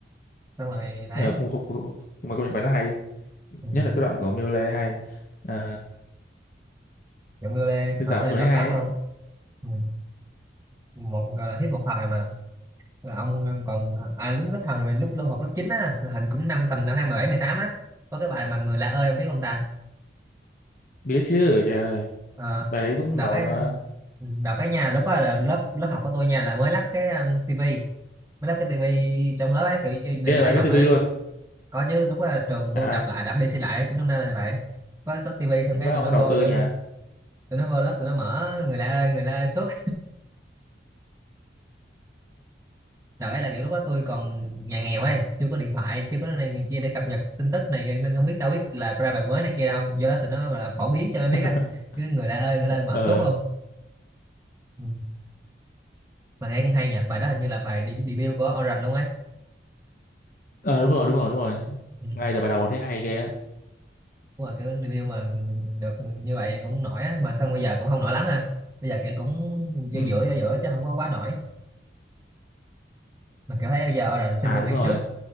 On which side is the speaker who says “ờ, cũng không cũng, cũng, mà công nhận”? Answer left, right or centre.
Left